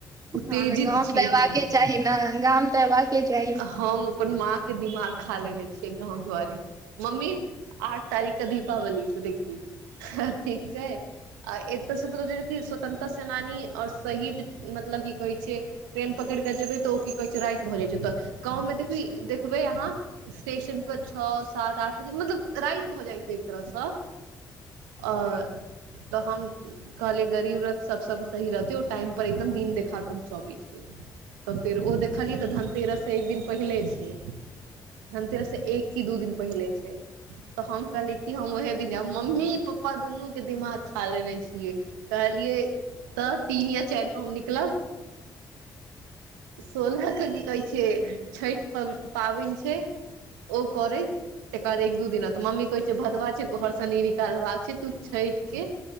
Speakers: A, on the right (about 85°); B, on the right (about 35°).
A: उत्तेजित
B: हँ तऽ गाम
A: छी
B: तऽ अयबाके
A: हम
B: चाही न गाम तऽ अयबाकेँ चाही
A: हम अपन माँ के दिमाग खा लेने छियै गाँंव दुआरे मम्मी आठ तारीख क दीपावली छौ देखी ठीक छै आ एतयसँ प स्वतंत्र सेनानी आओर शहीद मतलब की कहै छै ट्रेन पकड़ि कऽ जेबै तऽ ओ की कहै छै राति भऽ जाइ छै तऽ गाँवमे देखबी देखबै अहाँ स्टेशन पर छओ सात आठ बजे मतलब राति भऽ जाइ छै एक तरह सँ आओर तऽ हम कहलियै गरीब रथ सभ सब सही रहतै ओ टाइम पर एकदम दिन देखार पहुँचाबै छैै तऽ फेर ओ देखलियै तऽ धनतेरस सँ एक दिन पहिले छियै धनतेरस से एक की दू दिन पहिले छै तऽ हम कहलिय कि हम ओहे मम्मी पप्पा दुन्नू के दिमाग खा लेने छियै कहलियै तऽ तीन या चारि क हम निकलब सोलहाक के की कहै छियै छठि प पाबनि छै ओ करैत तकर बाद एक दू दिना तऽ मम्मी कहैत छै भदवा छै घरसँ न निकालबाक छै तू छठि क